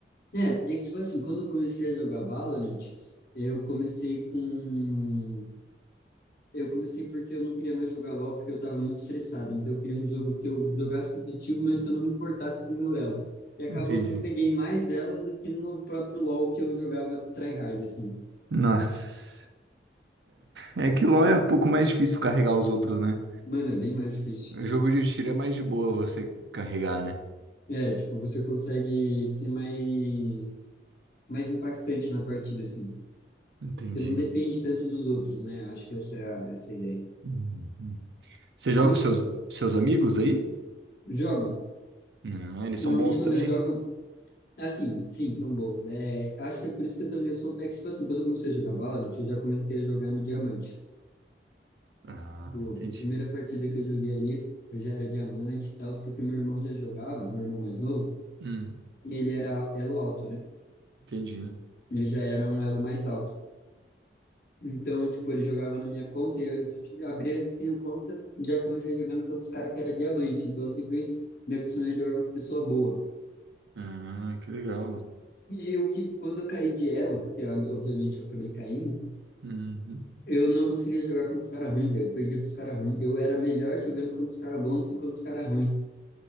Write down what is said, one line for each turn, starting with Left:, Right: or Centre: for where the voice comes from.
Left: É, é que tipo assim, quando eu comecei a jogar Valorant, eu comecei com Eu comecei porque eu não queria mais jogar LoL, porque eu estava muito estressado. Então eu queria um jogo que eu jogasse competitivo, mas que eu não me importasse com o meu elo. E acabou
Right: Entendi.
Left: que eu peguei mais dela do que no próprio LoL que eu jogava tryhard, assim.
Right: Nossa, é, é que LoL é um pouco mais difícil carregar os outros, né?
Left: Mano, é bem mais difícil.
Right: O jogo de tiro é mais de boa você carregar, né?
Left: É, tipo, você consegue ser mais, mais impactante na partida, assim.
Right: Entendi.
Left: Você não depende tanto dos outros, né? Acho que essa é a, essa é a ideia.
Right: Uhum. Você joga
Left: E
Right: com
Left: eu
Right: seus,
Left: s-
Right: seus amigos aí?
Left: jogo.
Right: Ah, eles
Left: Normalmente
Right: são bons
Left: quando
Right: também?
Left: eu jogo, Assim, sim, são bons. É, acho que é por isso que eu também sou. É que, tipo assim, quando eu comecei a jogar Valorant, eu já comecei a jogar no Diamante.
Right: Ah,
Left: Tipo,
Right: entendi.
Left: a primeira partida que eu joguei ali, eu já era Diamante e tal, porque meu irmão já jogava, meu irmão mais novo,
Right: Hum,
Left: e ele era elo alto, né?
Right: entendi.
Left: Ele já era um elo mais alto. Então, tipo, ele jogava na minha conta e eu abria assim a conta, já comecei jogando com os caras que era Diamante. Então, eu sempre me acostumei a jogar com pessoa boa.
Right: Ah, que legal.
Left: E o que, quando eu caí de elo, que eu, obviamente eu acabei caindo,
Right: Uhum.
Left: Eu não conseguia jogar contra os caras ruins, velho. Eu perdia pros caras ruins. Eu era melhor jogando contra os caras bons do que contra os caras ruins.